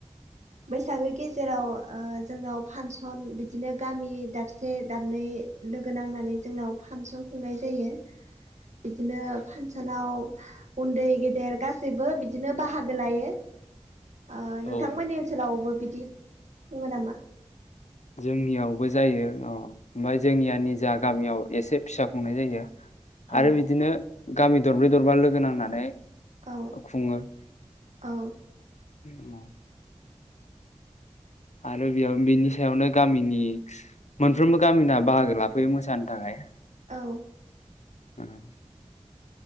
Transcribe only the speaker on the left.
औ
जोंनियावबो जायो अ ओमफ्राय जोंनिया निजा गामियाव एसे फिसा खुंनाय जायो।
आरो बिदिनो गामि दरब्रै दरबा लोगो नांनानै
खुङो।
<unintelligible> आरो बेयाव बिनि सायावनो गामिनि मोनफ्रोमबो गामिना बाहागो लाफैयो मोसानो थाखाय।
ओम।